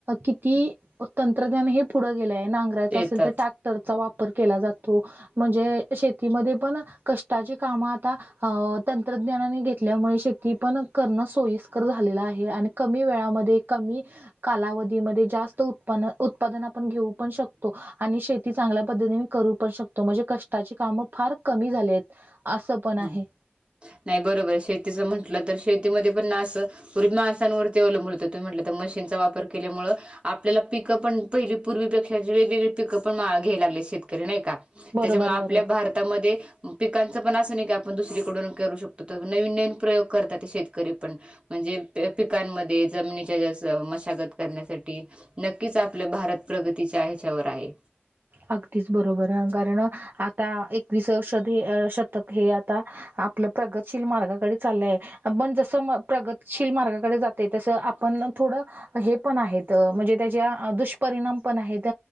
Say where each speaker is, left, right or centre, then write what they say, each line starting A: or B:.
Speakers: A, on the right; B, on the right.
A: किती तंत्रज्ञान हे पुढं गेलं आहे नांगरायच
B: शेतात
A: असेल तर ट्रॅक्टरचा वापर केला जातो. म्हणजे शेतीमध्ये पण कष्टाची कामं आता हा तंत्रज्ञानाने घेतल्यामुळे शेती पण करणं सोयीस्कर झालेलं आहे आणि कमी वेळामध्ये कमी कालाव धीमध्ये जास्त उत्पान उत्पादन आपण घेऊ पण शकतो आणि शेती चांगल्या पद्धतीने करू पण शकतो तो म्हणजे कष्टाची कामं फार कमी झाली आहेत असं पण आहे
B: हं. नाही बरोबर शेतीचं म्हटलं तर शेतीमध्ये पण ना असं पूर्वी माणासांवरती अवलंबून होत तुमी म्हटलं तर मशीनचा वापर केल्यामुळ आपल्याला पिकं पण पहिली पूर्वीपेक्षा वेगवेगळी पिकं पण घ्याय लागले शेतकरी नाही का
A: बरोबर
B: त्याच्यामुळे आपल्या
A: बरोबर
B: भारतामध्ये पिकांच - पण असं नाही की आपण दुसरीकडून करू शकतो तर नवीन नवीन प्रयोग करतात ते शेतकरी पण म्हणजे पिकांमध्ये जमनीच्या हे ज्यात मशागत करण्यासाठी नक्कीच आपलं भारत प्रगतीच्या ह्याच्यावर आहे
A: अगदीच बरोबर कारण आता एकवीसषध हे शतक हे आता आपलं प्रगतशील मार्गाकडे चाललं आहे पण जसं प्रगतशील मार्गाकडे जातय तसं आपण थोडं हे पण आहेत म्हणजे त्याच्या दुष्परिणाम पण आहेत